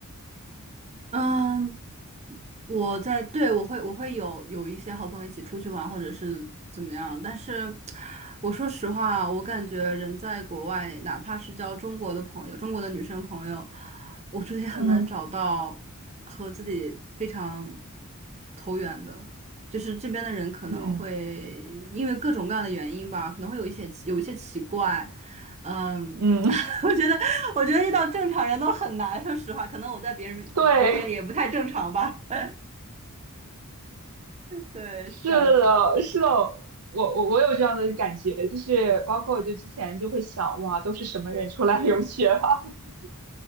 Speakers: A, on the right; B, on the right.
A: 嗯，我在，对，我会我会有有一些好朋友一起出去玩，或者是怎么样。但是我说实话，我感觉人在国外，哪怕是交中国的朋友，中国的女生朋友，我觉得也很难找到和自己非常
B: 嗯
A: 投缘的。就是这边的人可能会因为各种各样的原因吧，
B: 嗯
A: 可能会有一些有一些奇怪，嗯。
B: 嗯，
A: <laughs> 我觉得，我觉得遇到正常人都很难。说实话，可能我在别人面别人眼里也不太正常吧。
B: <laughs> 对，
A: <laughs> 对，
B: 是的，
A: 是这样子的。
B: 是的，我我我有这样的感觉，就是包括我就之前就会想，哇，都是什么人出来留学啊？<laughs>